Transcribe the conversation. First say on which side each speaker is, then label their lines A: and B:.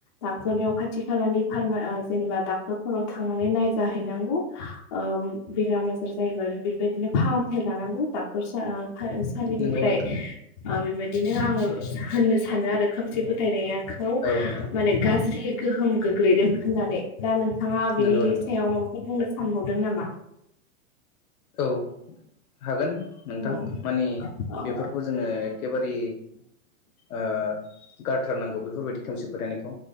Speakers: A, on the left (about 25°); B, on the left (about 85°).
A: डाक्टरनियाव खाथि खालानि फार्मा ओ जेनेबा डाक्टरफोराव थांनानै नायजाहैनांगौ ओ बेराम आजार जायोबा बेबायदिनो फाहामथाय लानांगौ डाक्टरसा ओ सालिनिफ्राय
B: नंगौ नोंथां
A: ओ बेबायदिनो आङो होननो सानो आरो खोमसि फोथायनाया खौ
B: औ नोंथां
A: माने गाज्रि गोहोम गोग लैदों होननानै दा नों थाङा बेनि
B: नंगौ नोंथां
A: सायाव माबाफोर बुंनो सानो सानबावदों नामा
B: औ हागोन नोंथां
A: औ
B: मानि
A: औ
B: बेफोरखौ जोंङो एखेबारि आ गारथारनांगौ बेफोरबायदि खोमसि फोथायनायखौ